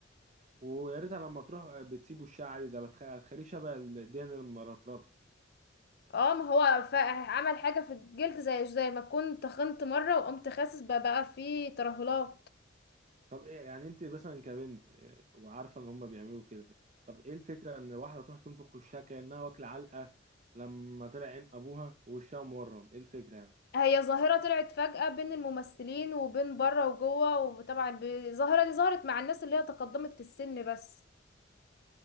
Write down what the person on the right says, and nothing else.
ويا ريتها لما تروح بتسيبه الشعر عادي ده بتخ... هتخليه شبه الدين المرطرطة
طب إيه يعني انت مثلا كبنت إيه، وعارفة ان هما بيعملوا كده طب ايه الفكرة ان واحدة تروح تنفخ وشها كأنها واكلة علقة لما طلع عين ابوها ووشها مورم ايه الفكرة يعني